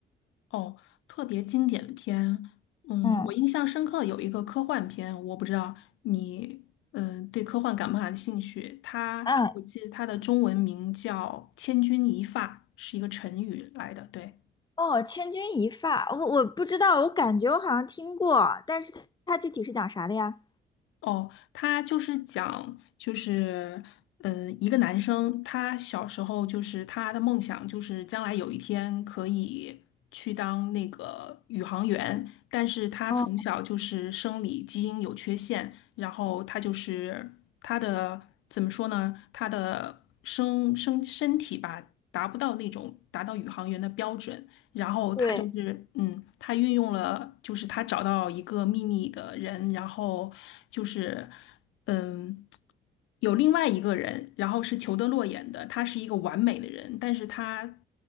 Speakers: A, on the left; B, on the left.
A: 哦，特别经典的片，嗯，
B: 嗯
A: 我印象深刻有一个科幻片，我不知道你嗯对科幻感不感兴趣？它我记得它的中文名叫《千钧一发》，
B: 嗯
A: 是一个成语来的，对。
B: 哦，《千钧一发》，我我不知道，我感觉我好像听过，但是它具体是讲啥的呀？
A: 哦，他就是讲，就是，嗯，一个男生，他小时候就是他的梦想就是将来有一天可以去当那个宇航员，但是他从小就是生理基因有缺陷，
B: 嗯，
A: 然后他就是他的怎么说呢？他的生生身体吧，达不到那种达到宇航员的标准，然后他就是，
B: 对。
A: 嗯，他运用了，就是他找到一个秘密的人，然后就是，嗯，有另外一个人，然后是裘德洛演的，他是一个完美的人，但是他